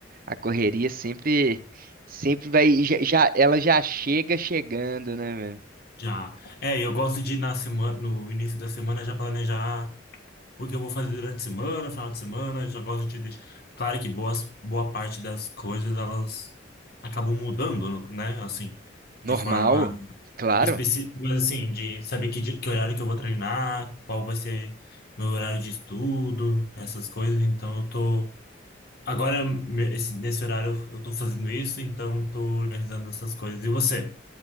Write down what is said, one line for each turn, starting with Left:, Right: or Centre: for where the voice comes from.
Right: A correria sempre, sempre vai, já, já- ela já chega chegando, né, velho?
Left: já. É, eu gosto de ir na semana, no início da semana já planejar o que eu vou fazer durante a semana, final de semana, já gosto de deixar... Claro que boas, boa parte das coisas elas acabam mudando, né? Assim,
Right: Normal,
Left: de forma
Right: claro.
Left: específicos, assim, de saber que, di- que horário que eu vou treinar, qual vai ser meu horário de estudo, essas coisas. Então, eu tô. Agora, me- esse- nesse horário, eu eu tô fazendo isso, então, eu tô organizando essas coisas. E você?